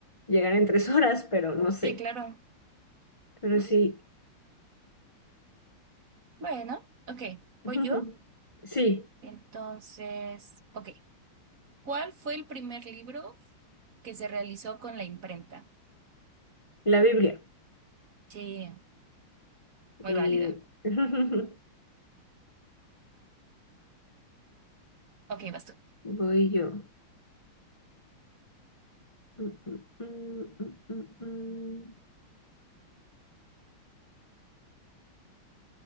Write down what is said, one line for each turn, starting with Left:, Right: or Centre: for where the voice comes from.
Left: llegar en tres <laughs> horas, pero no sé.
Right: Sí, claro.
Left: Pero
Right: Mm,
Left: sí,
Right: Bueno, ok,
Left: <laughs>
Right: voy yo.
Left: sí,
Right: Entonces, ok. ¿Cuál fue el primer libro que se realizó con la imprenta?
Left: la Biblia.
Right: Sí, muy
Left: Eh,
Right: válida.
Left: <laughs>
Right: Ok, basta.
Left: Voy yo. Mm, mm, mm, mm, mm.